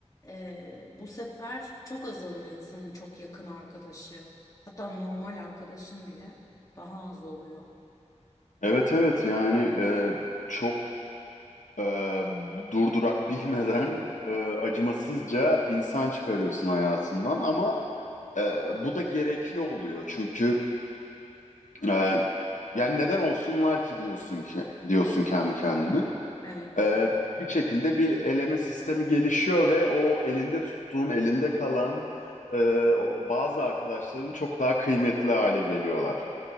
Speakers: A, on the left; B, on the left.
A: e, bu sefer çok azalıyor insanın çok yakın arkadaşı hatta normal arkadaşın bile daha az oluyor.
B: Evet evet yani e, çok e, durdurak bilmeden e, acımasızca insan çıkarıyorsun hayatından ama e, bu da gerekli oluyor çünkü e, yani neden olsunlar ki diyorsun ki diyorsun kendi kendine
A: Evet
B: E, bir şekilde bir eleme sistemi gelişiyor ve o elinde tuttuğun elinde kalan e, bazı arkadaşların çok daha kıymetli hale geliyorlar.